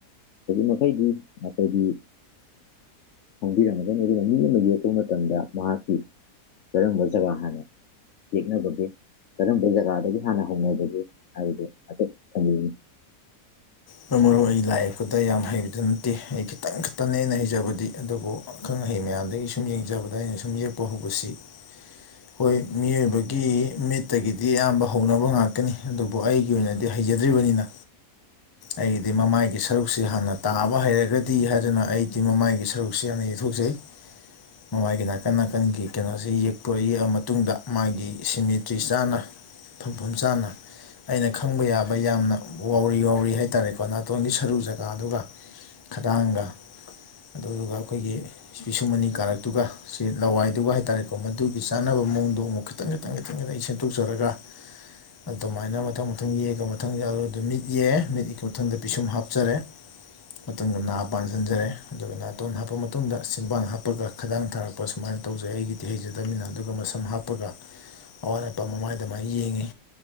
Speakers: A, on the left; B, on the left.
A: ꯃꯈꯩꯗꯤ ꯑꯩꯈꯣꯏꯗꯤ ꯈꯪꯕꯤꯔꯝꯒꯅꯤ ꯑꯗꯨꯒ ꯃꯤ ꯑꯃ ꯌꯦꯛꯄ ꯃꯇꯝꯗ ꯃꯍꯥꯛꯀꯤ ꯀꯔꯝꯕ ꯖꯒꯥ ꯍꯥꯟꯅ ꯌꯦꯅꯕꯗꯤ ꯀꯔꯝꯕ ꯖꯒꯥꯗꯒꯤ ꯍꯥꯟꯅ ꯍꯧꯅꯕꯒꯦ ꯍꯥꯏꯗꯣ ꯍꯥꯏꯐ ꯊꯝꯕꯤ
B: ꯃꯔ ꯃꯔꯨ ꯑꯩ ꯂꯥꯏ ꯌꯦꯛꯄꯗ ꯌꯥꯝ ꯍꯩꯕꯗꯨ ꯅꯠꯇꯦ ꯑꯩ ꯈꯤꯇꯪ ꯈꯛꯇꯅꯦꯩꯅ ꯍꯩꯖꯕꯗꯤ ꯑꯗꯨꯕꯨꯪ ꯃꯍꯩ ꯃꯌꯥꯝꯗꯒꯤ ꯁꯨꯝ ꯌꯦꯡꯖꯕꯗ ꯑꯩꯅ ꯁꯨꯝ ꯌꯦꯛꯄ ꯍꯧꯕꯁꯤ ꯍꯣꯏ ꯃꯤꯑꯣꯏꯕꯒꯤ ꯃꯤꯠꯇꯒꯤꯗꯤ ꯑꯌꯥꯝꯕ ꯍꯧꯅꯕ ꯉꯥꯛꯀꯅꯤ ꯑꯗꯨꯕꯨ ꯑꯩꯒꯤ ꯑꯣꯏꯅꯗꯤ ꯍꯩꯖꯗ꯭ꯔꯤꯕꯅꯤꯅ
A: <unintelligible>
B: ꯑꯩꯒꯤꯗꯤ ꯃꯃꯥꯏꯒꯤ ꯁꯔꯨꯛꯁꯤ ꯍꯥꯟꯅ ꯇꯥꯕ ꯍꯩꯔꯒꯗꯤ ꯍꯥꯏꯗꯨꯅ ꯑꯩꯗꯤ ꯃꯃꯥꯏꯒꯤ ꯁꯔꯨꯛꯁꯤ ꯍꯥꯟꯅ ꯌꯊꯣꯛꯆꯩ
A: <unintelligible>
B: ꯃꯃꯥꯏꯒꯤ ꯅꯥꯀꯟ ꯅꯥꯀꯟꯒꯤ ꯀꯩꯅꯣꯁꯤ ꯌꯦꯛꯄ ꯌꯦꯛꯑ ꯃꯇꯨꯡꯗ ꯃꯥꯒꯤ ꯁꯤꯃꯦꯇ꯭ꯔꯤ ꯆꯥꯅ ꯐꯝꯐꯝ ꯆꯥꯅ ꯑꯩꯅ ꯈꯪꯕ ꯌꯥꯕ ꯌꯥꯝꯅ ꯋꯥꯎꯔꯤ ꯋꯥꯎꯔꯤ ꯍꯥꯏ ꯍꯥꯏꯇꯥꯔꯦꯀꯣ ꯅꯥꯇꯣꯟꯒꯤ ꯁꯔꯨ ꯖꯒꯥꯗꯨꯒ ꯈꯗꯥꯡꯒ ꯑꯗꯨꯗꯨꯒ ꯑꯩꯈꯣꯏꯒꯤ ꯄꯁꯨꯃꯅꯤ ꯀꯥꯔꯛꯇꯨꯒ ꯁꯤ ꯂꯋꯥꯏꯗꯨꯒ ꯍꯥꯏꯇꯥꯔꯦꯀꯣ ꯃꯗꯨꯒꯤ ꯆꯥꯟꯅꯕ ꯃꯑꯣꯡꯗꯣ ꯑꯃꯨꯛ ꯈꯤꯇꯪ ꯈꯤꯇꯪ ꯈꯤꯇꯪ ꯈꯤꯇꯪ ꯁꯦꯡꯗꯣꯛꯆꯔꯒ ꯑꯗꯨꯃꯥꯏꯅ ꯃꯊꯪ ꯃꯊꯪ ꯌꯦꯛꯑꯒ ꯃꯊꯪ ꯌꯥꯂꯨꯔꯗ ꯃꯤꯠ ꯌꯦ ꯃꯤꯠ ꯃꯊꯪꯗ ꯄꯤꯁꯨꯝ ꯍꯥꯞꯆꯔꯦ ꯃꯇꯨꯡꯗ ꯅꯥ ꯄꯥꯟꯁꯤꯟꯖꯔꯦ ꯑꯗꯨꯒ ꯅꯥꯇꯣꯟ ꯍꯥꯞꯄ ꯃꯇꯨꯡꯗ ꯁꯤꯟꯕꯥꯡ ꯍꯥꯞꯄꯒ ꯈꯗꯥꯡ ꯊꯥꯔꯛꯄ ꯁꯨꯃꯥꯏꯅ ꯇꯧꯖꯩ ꯑꯩꯒꯤꯗꯤ ꯍꯩꯖꯗꯃꯤꯅ ꯑꯗꯨꯒ ꯃꯁꯝ ꯍꯥꯞꯄꯒ ꯑꯋꯥꯠ ꯑꯄꯥ ꯃꯃꯥꯏ ꯑꯗꯨꯃꯥꯏꯅ ꯌꯦꯡꯉꯤ